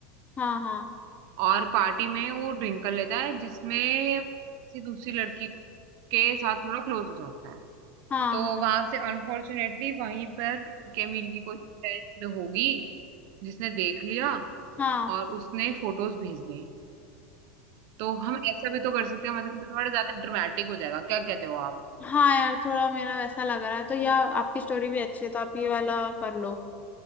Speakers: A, on the left; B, on the right.
A: हाँ हाँ
B: और पार्टी में वो ड्रिंक कर लेता है जिसमें वो किसी दूसरी लड़की के साथ थोड़ा क्लोज हो जाता है
A: हाँ
B: तो
A: हाँ
B: वहां से अनफॉर्चुनेटली वहीं पर केमिल की कोई फ्रेंड होगी जिसने देख लिया
A: हाँ
B: और उसने फोटोज भेज दी तो हम ऐसा भी तो कर सकते हैं मतलब इससे थोड़ा ज्यादा ड्रामेटिक हो जाएगा क्या कहते हो आप
A: हाँ यार थोड़ा मेरा वैसा लग रहा है तो या आपकी स्टोरी भी अच्छी है तो आप ये वाला कर लो